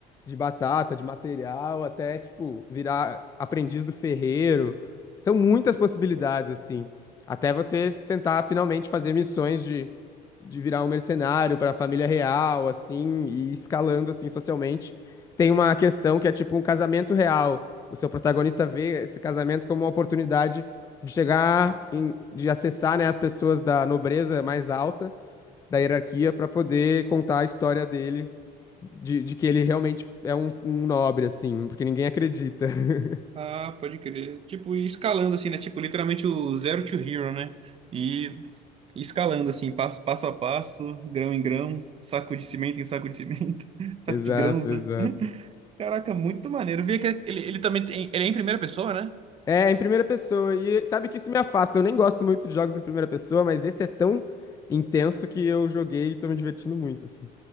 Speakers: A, on the left (about 20°); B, on the right (about 35°).
A: de batata, de material, até tipo virar aprendiz do ferreiro. São muitas possibilidades assim, até você tentar finalmente fazer missões de de virar um mercenário para a família real, assim, e escalando assim socialmente. Tem uma questão que é tipo um casamento real. O seu protagonista vê esse casamento como uma oportunidade de chegar em- de acessar, né, as pessoas da nobreza mais alta da hierarquia para poder contar a história dele de, de que ele realmente é um, um nobre assim, porque ninguém acredita. <laughs>
B: Ah, pode crer. Tipo, e escalando assim, né? Tipo, literalmente o zero to hero, né? E escalando assim, passo, passo a passo, grão em grão, saco de cimento em saco de cimento, <laughs> saco
A: Exato,
B: de grãos, né?
A: exato.
B: <laughs> Caraca, muito maneiro. Vi que ele, ele também tem, ele é em primeira pessoa, né?
A: É, em primeira pessoa. E sabe que isso me afasta. Eu nem gosto muito de jogos em primeira pessoa, mas esse é tão intenso que eu joguei e tô me divertindo muito, assim.